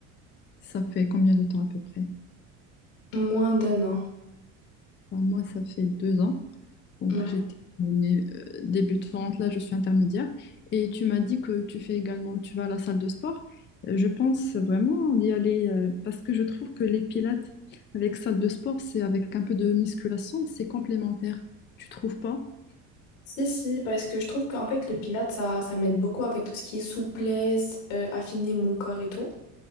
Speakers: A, on the left; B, on the left.
A: Ça fait combien de temps à peu près?
B: Moins d'un an,
A: Enfin, moi, ça fait deux ans. Donc,
B: ouais.
A: j'étais une, euh, débutante, là, je suis intermédiaire. Et tu m'as dit que tu fais également, tu vas à la salle de sport. Euh, Je pense vraiment d'y aller euh, parce que je trouve que les pilates avec salle de sport, c'est avec un peu de musculation, c'est complémentaire. Tu trouves pas?
B: Si, si, parce que je trouve qu'en fait, le pilates ça, ça m'aide beaucoup avec tout ce qui est souplesse, euh, affiner mon corps et tout.